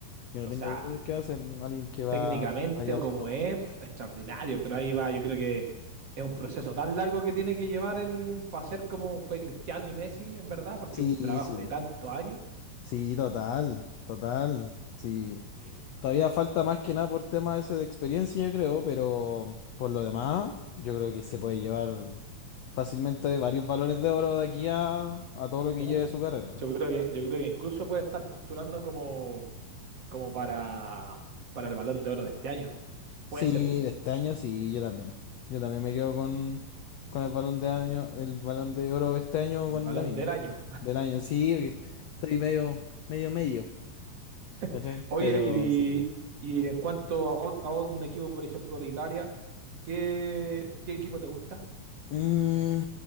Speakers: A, on the left; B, on the right.
A: Yo no
B: O
A: tengo
B: sea,
A: duda de que va a ser alguien que va
B: técnicamente
A: a llevar
B: o como
A: todo.
B: es, pf, extraordinario. Pero ahí va, yo creo que es un proceso tan largo que tiene que llevar el para ser como fue Cristiano y Messi, en verdad, porque
A: Sí,
B: es un trabajo
A: sí.
B: de tantos años.
A: Sí, total, total. Sí.
B: Y,
A: Todavía falta más que nada por tema ese de experiencia, yo creo, pero por lo demás, yo creo que se puede llevar fácilmente varios balones de oro de aquí a, a todo lo
B: Uf,
A: que lleve su carrera,
B: yo
A: ¿no?
B: creo que, yo creo que incluso puede estar postulando como como para, para el Balón de Oro de este año. Puede
A: Sí,
B: ser
A: de este año sí, yo también. Yo también me quedo con, con el balón de año, el balón de oro este año
B: el
A: con
B: Balón
A: Lamine.
B: del año.
A: Del año, sí, porque estoy medio, medio, medio, ¿cachai?
B: <laughs> Oye,
A: Pero
B: y,
A: sí.
B: y en cuanto a, ot- a ot- un equipo, por ejemplo, de Italia, ¿qué, qué equipo te gusta?
A: Mm,